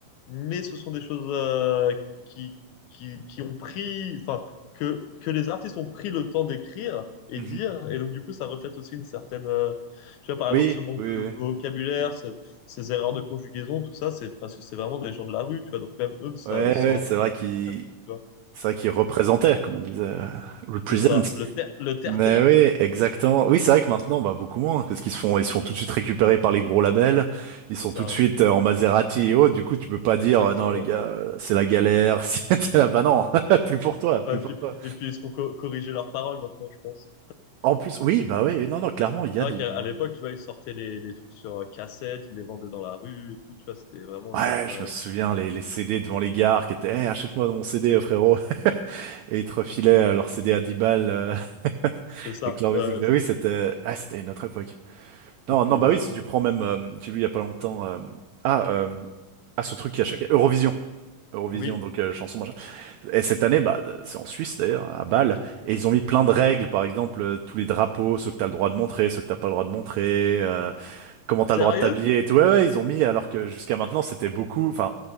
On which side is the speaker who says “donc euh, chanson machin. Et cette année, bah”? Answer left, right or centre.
Right